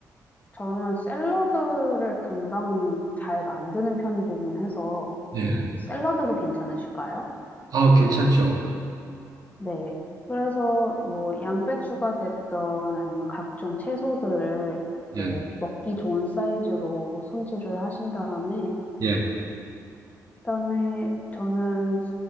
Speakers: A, on the left; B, on the right.
A: 저는 샐러드를 금방 잘 만드는 편이기는 해서
B: 예.
A: 샐러드도 괜찮으실까요?
B: 아, 괜찮죠.
A: 네. 그래서 뭐 양배추가 됐던 아니면 각종 채소들을 이제
B: 예.
A: 먹기 좋은 사이즈로 손질을 하신 다음에
B: 예.
A: 그다음에 저는